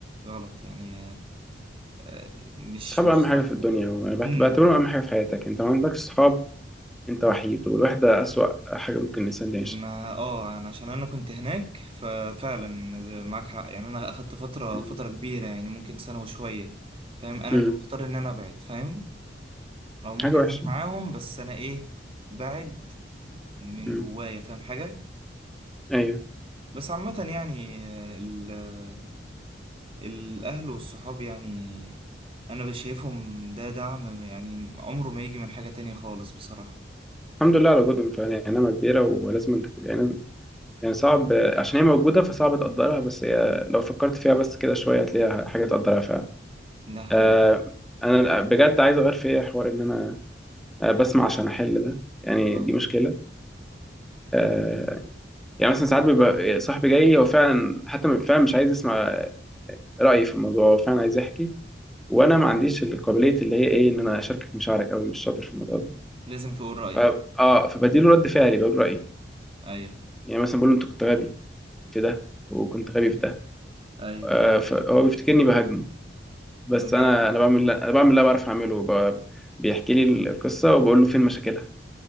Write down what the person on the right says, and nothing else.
غلط يعني آه، مش
مش
صح
امم
ما اه انا عشان انا كنت هناك ففعلا زي- معاك حق يعني انا اخدت فترة
فترة كبيرة يعني ممكن سنة وشوية فاهم انا
اللي مختار ان انا ابعد فاهم او ممكن
انا معاهم بس انا ايه بعد من
جوايا فاهم حاجه
بس عامه يعني آه، ال- آه، الاهل والصحاب يعني انا شايفهم ده دعم يعني عمره ما يجي من حاجه تانية خالص بصراحه
ده
هي
اسمع
اه
لازم تقول رايك
ايوه
ايوه
تمام